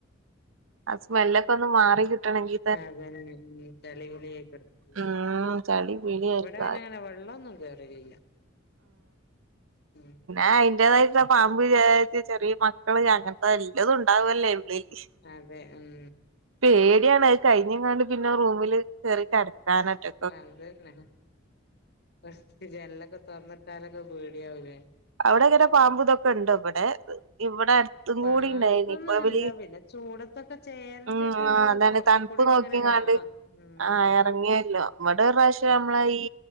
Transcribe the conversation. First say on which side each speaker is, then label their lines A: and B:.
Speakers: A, on the right (about 85°); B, on the left (about 55°).
A: ആ സ്മെല്ലൊക്കെന്ന് മാറിക്കിട്ടണെങ്കി
B: ഞാൻ തന്നെ നിന്ന് വിളിച്ചാലേ വിളിയേക്കത്തൊ
A: ഉം ചളി പിളിയായിരിക്കും
B: വിടെ പിന്നങ്ങനെ
A: ആകെ
B: വെള്ളോന്നും കേറുകയില്ല <inaudible>
A: ആ യിന്റതായിട്ടുള്ള പാമ്പ് ചേരത്തി ചെറിയ മക്കള് ഞങ്ങക്ക് വല്ല്തും ഉണ്ടാവല്ലേള്ളിലേക്ക്
B: അതെ ഉം
A: പേടിയാണത് കഴിഞ്ഞങ്ങാണ്ട് പിന്നെ റൂമില് കറിക്കടക്കാനാട്ട്
B: ആ അതന്നെഫസ്റ്റ് ജനലൊക്കെ തൊറന്നിട്ടാലൊക്കെ പേടിയാവൂലേ
A: അവിടങ്ങനെ പാമ്പ്തൊക്കെ ഉണ്ട് വിടെ ഇവിടെ തും
B: പാമ്പൊന്നും
A: കൂടിണ്ടായിരുന്നു ഇപ്പൊവല്
B: അങ്ങനല്ല പിന്നെ ചൂടത്തൊക്കെ ചേരന്റെ
A: ഉം
B: ഒക്കെ
A: ആ
B: ഇത്
A: അതന്നെ
B: പുറത്ത്
A: തണുപ്പ്
B: കൂടെക്കെ
A: നോക്കിയങ്ങാണ്ട്
B: ഇങ്ങനെ കാണാം ഉം
A: ആ
B: അതെ
A: എറങ്ങിയല്ലോ ഇവിടൊറാശ്യം
B: ഉം
A: നമ്മള ഈ